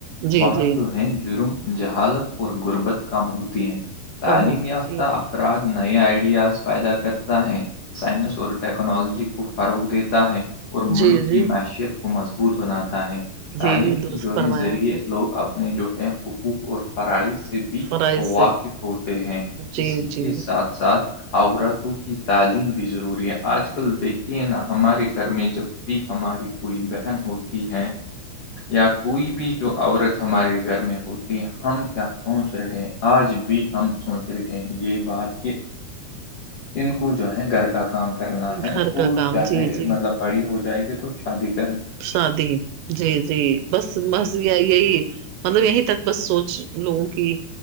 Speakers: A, on the right (about 85°); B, on the left (about 80°).
A: جی
B: وہاں
A: جی
B: جو ہے جرم جہالت اور غربت کم ہوتی ہے تعلیم
A: کم ہوتی
B: یافتہ
A: جی
B: اپر نئے آئیڈیاز پیدا کرتا ہے سائنس اور ٹیکنالوجی کو فروغ دیتے ہے اور
A: جی
B: ملک
A: جی
B: کی معیشیت کو مضبوط بناتا ہے
A: جی
B: تعلیم کی
A: درست
B: جو
A: فرمایا
B: ہے ذریعے
A: آپ نے
B: لوگ اب جو ہے حقوق اور فرائض سے بھی
A: فرائض سے
B: واقف ہوتے ہیں
A: جی
B: اسی کے
A: جی
B: ساتھ ساتھ عورتوں کی تعلیم بھی ضروری ہے آج کل دیکھیے نا ہمارے گھر میں جب بھی ہماری کوئی بہن ہوتی ہے یا کوئی بھی جو عورت ہمارے گھر میں ہوتی ہے ہم کیا سوچ رہے ہیں آج بھی ہم سوچ رہے ہیں یہ بات کہ ان کو جو ہے گھر کا کام کرنا ہے
A: گھر
B: اور
A: کا کام
B: چاہے
A: جی جی
B: مطلب بڑی ہو جائے گی تو شادی کا
A: شادی جی جی بس یہیں مطلب یہیں تک بس سوچ لوگوں کی